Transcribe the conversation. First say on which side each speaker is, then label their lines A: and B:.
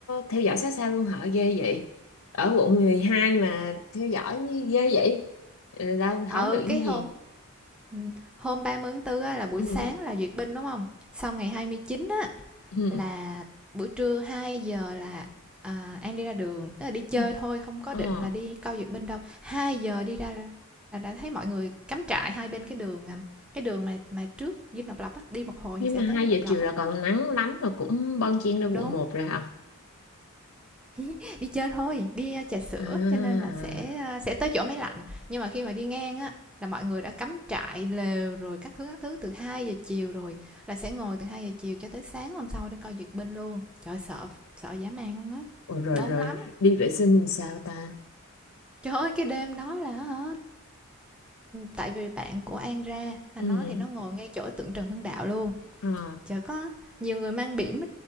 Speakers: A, on the left (about 75°); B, in the centre.
A: theo dõi sát sao luôn hả? Ghê vậy. Ở quận 12 mà theo dõi ghê vậy. Ừ, Đâu
B: Ừ,
A: không được cái
B: cái hôm
A: gì.
B: ừ, hôm 30 tháng 4 á, là buổi
A: Ừ,
B: sáng là duyệt binh đúng không? Xong ngày 29 á
A: ừ,
B: là buổi trưa 2 giờ là à, An đi ra đường, tức là đi chơi
A: ừ.
B: thôi, không có
A: Ờ,
B: định là đi coi duyệt binh đâu. hai giờ đi ra là, là đã thấy mọi người cắm trại hai bên cái đường à, cái đường mà mà trước Dinh Độc Lập á, đi một hồi
A: nhưng
B: thì sẽ
A: mà
B: tới
A: hai
B: Dinh Độc
A: giờ
B: Lập
A: chiều
B: á.
A: là còn nắng lắm mà cũng bon chen lên
B: Đúng
A: quận một rồi hả?
B: <laughs> Đi chơi thôi, đi, a, trà sữa
A: À, à.
B: cho nên là sẽ, sẽ tới chỗ máy lạnh. Nhưng mà khi mà đi ngang á, là mọi người đã cắm trại, lều rồi các thứ, các thứ từ hai giờ chiều rồi, là sẽ ngồi từ hai giờ chiều cho tới sáng hôm sau để coi duyệt binh luôn. Trời ơi, sợ sợ dã man luôn á,
A: Ủa, rồi
B: đông
A: rồi,
B: lắm.
A: đi vệ sinh sao ta?
B: Trời ơi, cái đêm đó là hả, tại vì bạn của An ra, là
A: Ừ,
B: nó thì nó ngồi ngay chỗ tượng Trần Hưng Đạo luôn,
A: ờ,
B: chợ có nhiều người mang bỉm